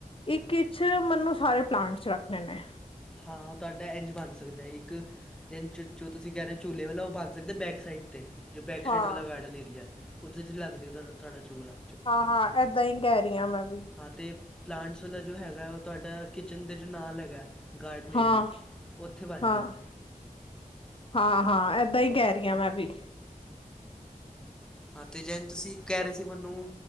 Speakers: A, on the left (about 40°); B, in the centre.
A: ਇੱਕ ਇਚ ਮੈਨੂੰ ਸਾਰੇ ਪਲਾਂਟਸ 'ਚ ਰੱਖਣੇ ਨੇ
B: ਹਾਂ ਤਾਡਾ ਇੰਝ ਬਣ ਸਕਦਾ ਹੈ ਇੱਕ ਜਿਹਨੂੰ ਜੋ ਤੁਸੀਂ ਕਹਿ ਰਹੇ ਹੋ ਝੂਲੇੇ ਵਾਲੋਂ ਉਹ ਬਣ ਸਕਦੇ ਬੈਕ ਸਾਈਡ ਤੇ ਜੋ ਬੈਕ
A: ਹਾਂ
B: ਸਾਈਡ ਵਾਲਾ ਗਾਰਡਨ ਏਰੀਆ ਉਹੱਦੇ 'ਚ ਲੱਗ ਜਾਵੇਗਾ ਤੁਹਾ ਤੁਹਾਡਾ ਚੂਲਾ
A: ਹਾਂ- ਹਾਂ, ਐਦਾਂ ਹੀ ਕਹਿ ਰਹੀ ਹਾਂ ਮੈਂ ਵੀ
B: ਹਾਂ ਤੇ ਪਲਾਂਟਸ ਵਾਲਾ ਜੋ ਹੈਗਾ, ਉਹ ਤੁਹਾਡਾ ਕਿਚਨ ਦੇ 'ਚ ਨਾਲ ਹੈਗਾ ਗਾਰਡਨ
A: ਹਾਂ
B: ਏਰੀਆ, ਉੱਥੇ ਬਣ
A: ਹਾਂ
B: ਜਾਏਗਾ
A: ਹਾਂ- ਹਾਂ ਐਦਾਂ ਹੀ ਕਹਿ ਰਹੀ ਹਾਂ ਮੈਂ ਵੀ
B: ਹਾਂ ਤੇ ਜੈਨ ਤੁਸੀਂ ਕਹਿ ਰਹੇ ਸੀ ਮੈਨੂੰ